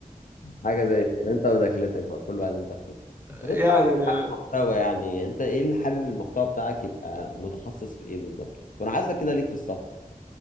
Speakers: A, on the left; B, on the right.
A: حاجة زي كده انت ودخلتك بقى كل واحد ليه دخلته
B: ايه يعني انا
A: عامل محتوى يعني انت ايه اللي حابب المحتوى بتاعك يبقى متخصص في ايه بالظبط وانا عايزك كده ليك في السفر